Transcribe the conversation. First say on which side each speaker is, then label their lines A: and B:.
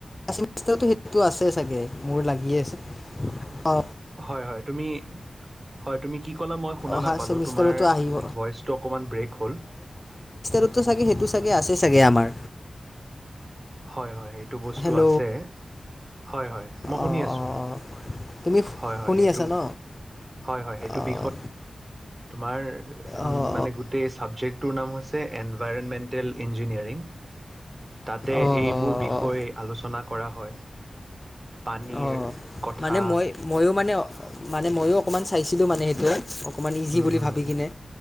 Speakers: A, on the left; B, on the right.
A: সেইটতো সেইটোতো আছে চাগে মোৰ লাগিয়ে আছে অ।
B: হয় হয় তুমি হয় তুমি কি ক'লা মই শুনা
A: অহা
B: নাপালোঁ
A: চেমিষ্টাৰতো
B: তোমাৰ
A: আহিব
B: ভইচটো অকমান ব্ৰেক হ'ল।
A: সেইটো চাগে সেইটো চাগে আছে চাগে আমাৰ।
B: হয় হয়। টো বস্তু
A: হেল্ল'
B: আছে হয় হয় মই
A: অঁ অঁ
B: শুনি।
A: অঁ তুমি আছা ন অঁ
B: তোমাৰ
A: অঁ অঁ
B: মানে গোটেই ছাবজেক্টটোৰ নাম হৈছে এনভাইৰেমেণ্টেল ইঞ্জিনিয়াৰিং। তে
A: অঁ অঁ
B: এইবোৰ বিষয়
A: অঁ
B: আলোচনাত। কৰা হয়। পানীৰ
A: অঁ
B: কথা।
A: মানে মই ময়ো মানে মানে, মইয়োও। অকণমান চাইছিলোঁ মানে সেইটোৱে, অকণমান ইজি
B: হুম
A: বুলি
B: হুম
A: ভাবি কিনে